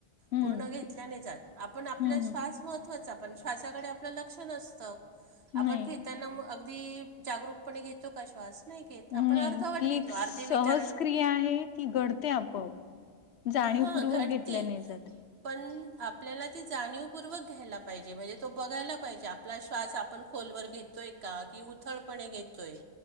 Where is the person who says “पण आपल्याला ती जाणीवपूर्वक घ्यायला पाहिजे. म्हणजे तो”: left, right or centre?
Right